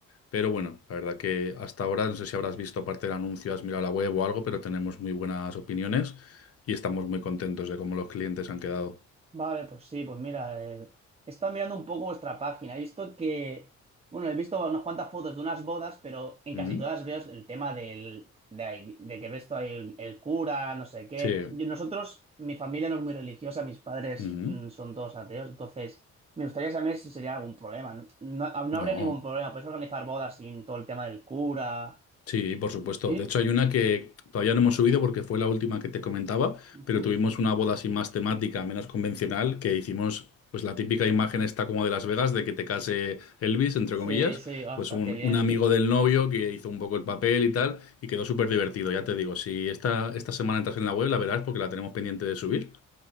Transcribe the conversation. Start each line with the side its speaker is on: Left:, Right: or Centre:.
Left: Pero bueno, la verdad que hasta ahora, no sé si habrás visto aparte del anuncio, has mirado la web o algo, pero tenemos muy buenas opiniones y estamos muy contentos de cómo los clientes han quedado.
Right: Vale, pues sí, pues mira, eh, he estado mirando un poco vuestra página. He visto que, bueno, he visto unas cuantas fotos de unas bodas, pero en
Left: Ujú.
Right: casi todas veo el tema del, de, ahí- de que ves todo ahí el, el cura, no sé qué.
Left: Sí.
Right: Yo- nosotros, mi familia no es muy religiosa, mis padres
Left: Ujú.
Right: mm, son todos ateos, entonces me gustaría saber si sería algún problema. No, no, ah, no
Left: No.
Right: habría ningún problema, podéis organizar bodas sin todo el tema del cura.
Left: Sí, por supuesto.
Right: ¿Sí?
Left: De hecho, hay una que todavía no hemos subido porque fue la última que te comentaba,
Right: Ujú.
Left: pero tuvimos una boda así más temática, menos convencional, que hicimos pues la típica imagen esta como de Las Vegas, de que te case Elvis, entre
Right: Sí,
Left: comillas,
Right: sí, ostras,
Left: pues un,
Right: qué bien.
Left: un amigo del novio que hizo un poco el papel y tal, y quedó súper divertido, ya te digo, si esta, esta semana entras en la web, la verás porque la tenemos pendiente de subir.